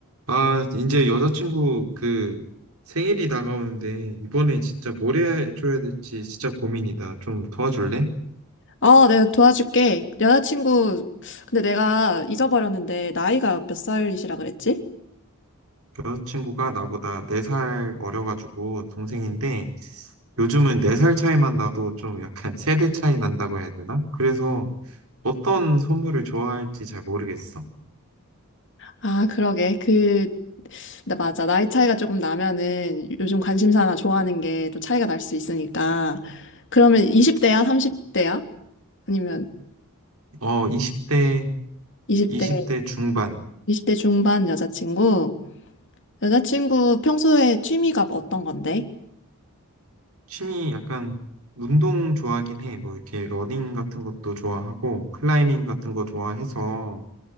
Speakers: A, on the right; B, on the left.
A: 아, 이제 여자친구 그 생일이 다가오는데 이번에 진짜 뭘 해줘야 될지 진짜 고민이다. 좀 도와줄래?
B: 어, 내가 도와줄게. 여자친구, 근데 내가 잊어버렸는데, 나이가 몇 살이시라 그랬지?
A: 여자친구가 나보다 4살 어려가지고 동생인데 요즘은 4살 차이만 나도 좀 약간 <laughs> 세대 차이 난다고 해야 되나? 그래서 어떤 선물을 좋아할지 잘 모르겠어.
B: 아, 그러게. 그, 나 맞아. 나이 차이가 조금 나면은 요즘 관심사나 좋아하는 게 또 차이가 날 수 있으니까. 그러면 20대야? 30대야? 아니면
A: 어, 20대,
B: 이십
A: 20대
B: 대
A: 중반.
B: 20대 중반 여자친구? 여자친구 평소에 취미가 어떤 건데?
A: 취미 약간 운동 좋아하긴 해. 뭐 이렇게 러닝 같은 것도 좋아하고 클라이밍 같은 거 좋아해서